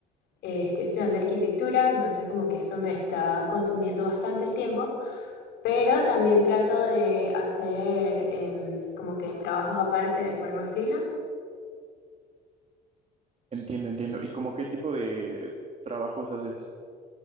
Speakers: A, on the left; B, on the right.
A: Eh, estoy estudiando arquitectura, entonces como que eso me está consumiendo bastante el tiempo, pero también trato de hacer em, como que trabajos aparte de forma freelance.
B: Entiendo, entiendo. ¿Y como qué tipo de trabajos haces?